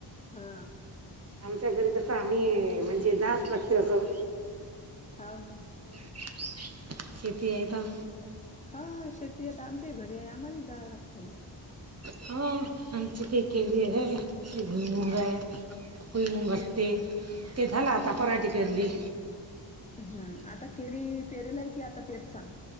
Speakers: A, on the left; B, on the right.
A: हा.
B: आमच्या घरी कसं आम्ही, म्हणजे जास लागते असं.
A: हा, हा.
B: <inaudible> शेती आहे त.
A: हा, शेती आता आमच्या घरीय. आम्हाली जावं लागतय.
B: हा. आमच, काही केळी हाय. ते <unintelligible>
A: हा.
B: भूईमुंग असते. ते झालं आता, पराठीे पेरली.
A: हम्म. आता खेळी पेरेल आहे की, आता पेर सां.